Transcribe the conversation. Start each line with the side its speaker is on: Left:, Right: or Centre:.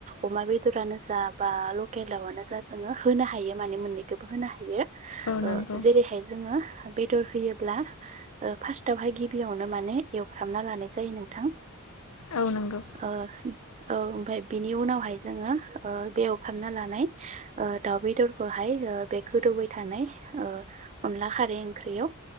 Right: अमा बेदरानो जा बा ल केल दाउआनो जा जोङो होनो हायो माने मोन्नैखोबो होनो हायो।
Left: औ नंगौ
Right: ओ जेरैहाय जोङो बेदर होयोब्ला ओ फार्स्टावहाय गिबियावनो माने एवफ्रामना लानाय जायो नोंथां।
Left: औ नंगौ
Right: ओ औ ओमफाय बिनि उनावहाय जोङो ओ बेवहा <unintelligible> लानाय ओ दाउ बेदरखोहाय ओ बे गोदौबाय थानाय ओ अनला खारै बे ओंख्रियाव